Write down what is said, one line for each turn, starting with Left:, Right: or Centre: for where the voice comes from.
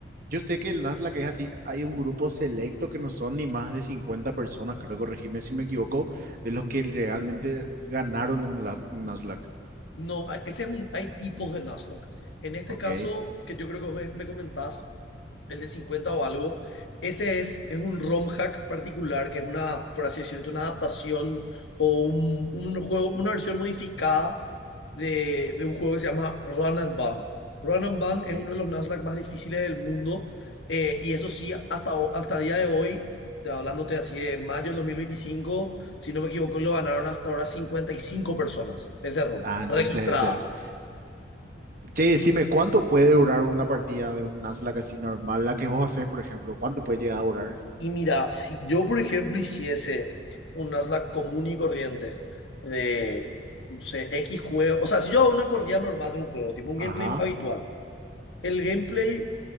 Right: yo sé que el Nasdaq es así. Hay un grupo selecto que no son ni más de 50 personas, creo, corregime si me equivoco, de los que realmente ganaron un, Las- un Nasdaq.
Left: No, hay- ese es un, hay tipos de Nuzlocke. En este
Right: Ok,
Left: caso, que yo creo que me, me comentás, el de 50 o algo, ese es, es un ROM hack particular, que es una, por así decirlo, una adaptación o un, un juego, una versión modificada de, de un juego que se llama Run and Gun. Run and Gun
Right: ok.
Left: es uno de los Nuzlocke más difíciles del mundo, eh, y eso sí, hasta, ho- hasta el día de hoy, te- hablándote así de mayo del 2025 si no me equivoco, lo ganaron hasta ahora 55 personas ese round,
Right: Ah, entonces
Left: registradas.
Right: ese es. Che, decime, ¿cuánto puede durar una partida de un Nuzlocke así normal? La que vos haces, por ejemplo, ¿cuánto puede llegar a durar?
Left: Y mira, si yo, por ejemplo, hiciese un Nasdaq común y corriente de, no sé, X juego, o sea, si yo hago una corrida normal de un juego, tipo un
Right: Ajá,
Left: gameplay habitual, el gameplay,